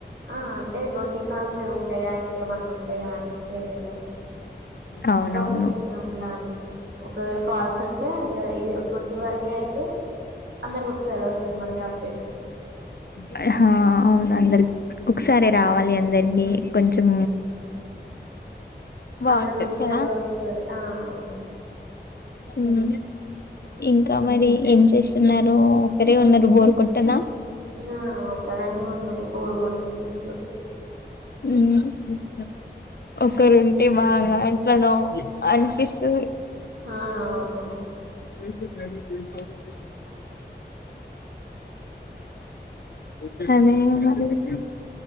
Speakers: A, on the right; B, on the left.
A: ఆ అంటే ట్వంటీ కాల్స్ ఏ ఉంటాయా ఇంకేమన్న ఉంటాయా అని ఒస్తయి కదా
B: అవునవును
A: ఒకొక్క అట్లా అని ఒకవేళ కాల్స్ ఉంటే ఇ ట్వంటీ వరకే అయితే అందరికి ఒకసారి వస్తయి మళ్ళీ అబ్.
B: ఆ అవును అందరి ఒకసారిే
A: హ్మ్.
B: రావాలి అందరికి. కొంచెం బాగుంటది
A: అందరు ఒకసారి
B: కదా
A: ఒస్తది ఆ అవును
B: మ్మ్ ఇంకా మరి ఏం చే చేస్తున్నారు ఒకరే ఉన్నారు బోరు కొట్టదా
A: నా ఒక్కదన్నే ఉన్నాయి బోర్ కొడుతుంది ఇప్పుడు.
B: మ్మ్ <inaudible> ఒకరుంటే బాగా ఎట్లానో అనిపిస్తు
A: ఆ అవునవును
B: తీర్చే <unintelligible> ఏం కాదు ఏ అదే మరి